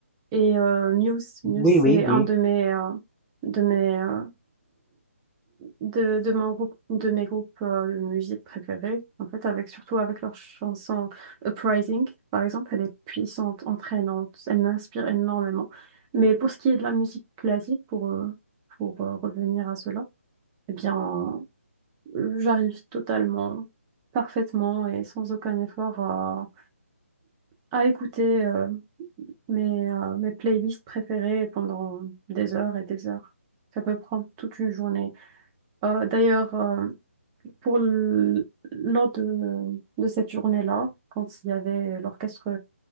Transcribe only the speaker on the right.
Et euh, Muse, Muse,
c'est un
de mes, euh, de mes, euh, de, de mon groupe, de mes groupes euh, de musique préférés. En fait, avec surtout avec leur chanson Uprising, par exemple, elle est puissante, entraînante, elle m'inspire énormément. Mais pour ce qui est de la musique classique, pour euh, pour euh, revenir à cela, eh bien, euh, j'arrive totalement, parfaitement et sans aucun effort à à écouter. euh, mes, euh, mes playlists préférées pendant des heures et des heures. Ça peut prendre toute une journée. Euh, d'ailleurs, euh, pour l- lors de, de cette journée-là, quand il y avait l'orchestre